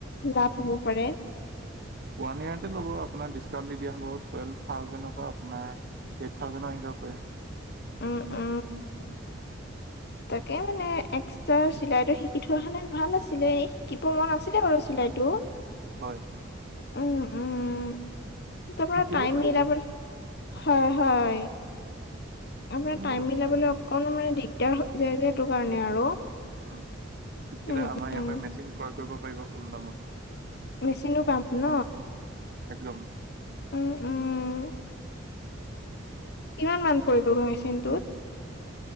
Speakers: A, on the left (about 55°); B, on the right (about 50°).
A: লাভ হ'ব পাৰে
B: ওৱান ইয়াৰতে ল'ব আপোনাৰ ডিছকাউণ্ট দি দিয়া হ'ব টুৱেল্ভ থাউজেণ্ডৰ পৰা আপোনাৰ এইথ থাওজেনো আহিব জাব পাৰে
A: উ উ তাকে মানে এক পিছে চিলাই টো শিকি থোৱা হলে ভাল আছিলে এ শিকিব মন আছিলে বাৰু চিলাই টো
B: হয়
A: উম উম তাৰপৰা
B: শিকিব
A: টাইম
B: পাৰিব
A: মিলাব হয় হয় আপোনাৰ
B: উম,
A: টাইম মিলাবলে অক কণমান মানে দিগদাৰ হৈ যায় যে সেইটো কাৰণে আৰু
B: উম শিকিলে
A: উম,
B: আমাৰ ইয়াৰ
A: উম,
B: পৰাই মেচিন ক্ৰয় কৰিব পাৰিব কম দামত
A: মেচিনো পাম্প ন
B: একদম
A: উম উম কিমান মান পৰিবগৈ মেচিনটোত?